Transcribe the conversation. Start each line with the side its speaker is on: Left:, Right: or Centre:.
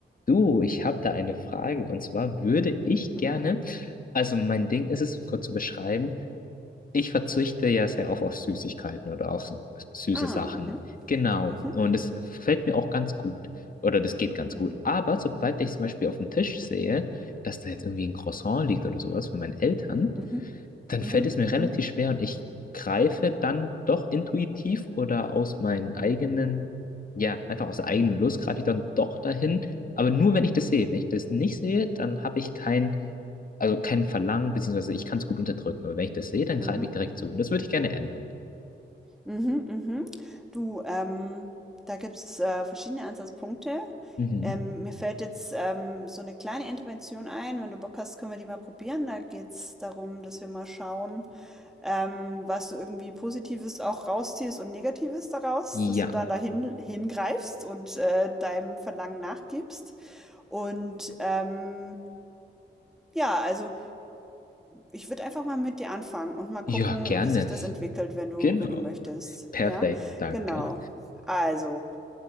Left: Du, ich habe da eine Frage und zwar würde ich
Centre: Mhm.
Left: gerne, also mein Ding ist es, um kurz zu beschreiben, ich verzichte ja sehr oft auf Süßigkeiten oder auf s- süße
Centre: Ah,
Left: Sachen.
Centre: mhm.
Left: Genau.
Centre: Mhm.
Left: Und es fällt mir auch ganz gut. Oder das geht ganz
Centre: Mhm.
Left: gut. Aber sobald ich
Centre: Mhm.
Left: zum Beispiel auf dem Tisch sehe, dass da jetzt irgendwie ein Croissant liegt oder sowas von meinen Eltern,
Centre: Mhm.
Left: dann
Centre: Mhm.
Left: fällt es mir
Centre: Mhm.
Left: relativ schwer und ich greife dann doch intuitiv oder aus meinen eigenen, ja, einfach aus der eigenen Lust greife ich dann doch dahin, aber nur wenn ich das
Centre: Mhm.
Left: sehe. Wenn ich das nicht sehe, dann habe ich kein, also kein Verlangen, beziehungsweise ich kann es gut unterdrücken, aber wenn ich das sehe, dann
Centre: Mhm.
Left: greife ich direkt zu. Und das würde ich gerne ändern.
Centre: Mhm. Mhm. Du, ähm, da gibt es äh, verschiedene Ansatzpunkte.
Left: Mhm.
Centre: Ähm, mir fällt jetzt ähm, so eine kleine Intervention ein. Wenn du Bock hast, können wir die mal probieren. Da geht es darum, dass wir mal schauen, ähm, was du irgendwie Positives auch rausziehst und Negatives daraus,
Left: Ja.
Centre: dass du dann dahin hingreifst und äh, deinem Verlangen nachgibst. Und ähm, ja, also. Ich würde einfach mal mit dir anfangen und mal gucken,
Left: Ja, gerne.
Centre: wie sich das entwickelt, wenn du,
Left: Genau.
Centre: wenn du möchtest.
Left: Perfekt,
Centre: Ja,
Left: danke.
Centre: genau. Also,